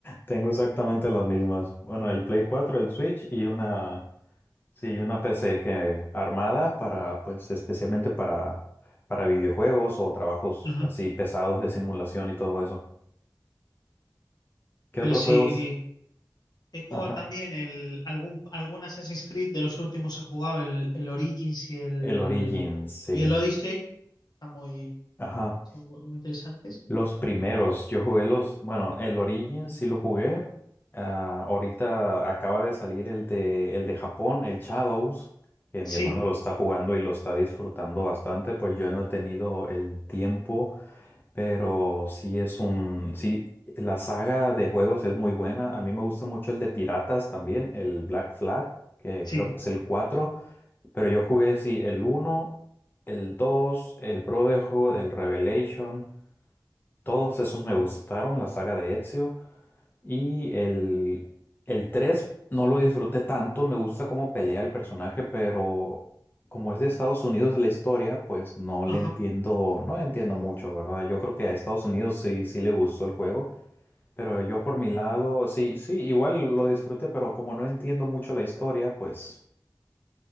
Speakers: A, on the left; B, on the left.
A: Tengo exactamente las mismas. Bueno, el Play cuatro el Switch y una Sí, una PC que armada para, pues, especialmente para, para videojuegos o trabajos
B: Ajá.
A: así pesados de simulación y todo eso. ¿Qué
B: Pero
A: otros
B: sí,
A: juegos?
B: y he jugado
A: Ajá.
B: también el, algún, algún Assassin's Creed de los últimos he jugado, el, el Origins y el,
A: El Origins, sí.
B: y el Odyssey. Están muy,
A: Ajá.
B: son muy interesantes.
A: Los primeros, yo jugué los, bueno, el Origins sí lo jugué. Ah, ahorita acaba de salir el de, el de Japón, el Shadows, que
B: Sí,
A: mi hermano lo está jugando y lo está disfrutando bastante, pues yo no he tenido el tiempo Pero sí es un, sí, la saga de juegos es muy buena. A mí me gusta mucho el de piratas también, el Black Flag, que
B: sí,
A: creo que es el cuatro pero yo jugué sí el uno el dos el Brotherhood, el Revelation, todos esos me gustaron, la saga de Ezio. Y el, el 3 no lo disfruté tanto, me gusta cómo pelea el personaje, pero como es de Estados Unidos la historia, pues no
B: Ajá.
A: le entiendo, no le entiendo mucho, ¿verdad? Yo creo que a Estados Unidos sí, sí le gustó el juego, pero yo por mi lado, sí, sí, igual lo disfruté, pero como no entiendo mucho la historia, pues,